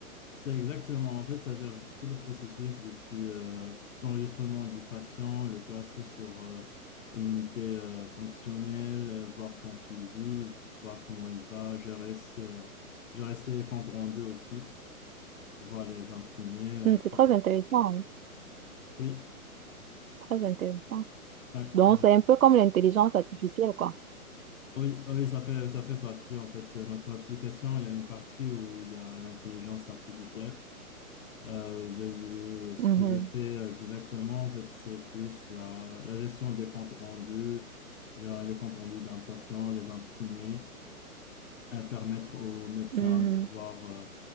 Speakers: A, on the left; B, on the right.
A: C'est exactement. En fait, ça gère tout le processus depuis euh, l'enregistrement du patient, le placer sur euh, une unité euh, fonctionnelle, euh, voir son suivi, voir comment il va, gérer ses, euh, gérer ses comptes rendus aussi, pouvoir les imprimer. euh,
B: Hmm, c'est
A: pouvoir-
B: très intéressant, hein,
A: Oui.
B: très intéressant.
A: ouais,
B: Donc,
A: ouais.
B: c'est un peu comme l'intelligence artificielle, quoi.
A: Oui, oui, ça fait, ça fait partie, en fait, de notre application. Il y a une partie où il y a l'intelligence artificielle. Euh, ben, je- ce
B: Mhm,
A: que je fais exactement, en fait, c'est plus la, la gestion des comptes rendus, gérer les comptes rendus d'un patient, les imprimer, euh, permettre aux médecins
B: mhm.
A: de voir, euh,